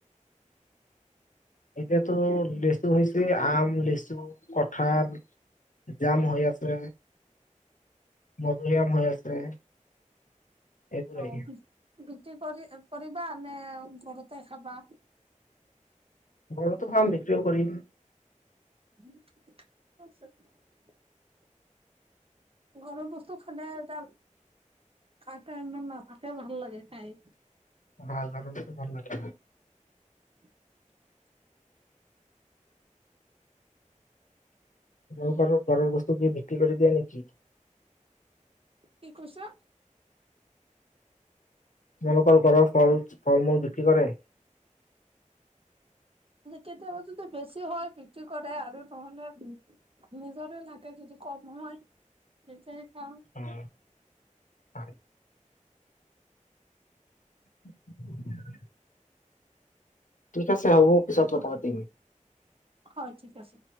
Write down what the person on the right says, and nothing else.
অঁ! বিচ বিক্ৰী কৰি কৰিবা নে ঘৰতে খাবা?
<unintelligible> ঘৰৰ বস্তু খালে এটা খোৱা টাইমত <unintelligible> ভাল লাগে খাই।
<unintelligible>
কি কৈছা?
কেতিয়াবা যদি বেছি হয় বিক্ৰী কৰে আৰু নহ'লে নিজৰে লাগে যদি কম হয়, তেতিয়াই খাওঁ।
হয়, ঠিক আছে।